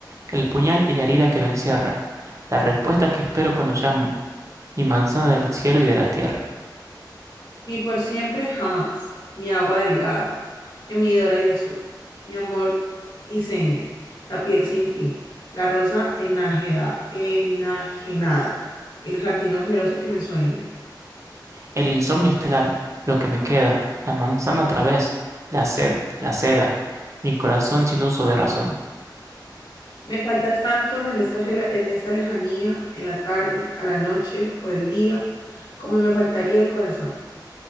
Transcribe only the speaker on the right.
el puñal y la herida que lo encierra, la respuesta que espero cuando llamo, mi manzana del cielo y de la tierra,
el insomnio estelar, lo que me queda, la manzana otra vez, la sed, la seda, mi corazón sin uso de razón.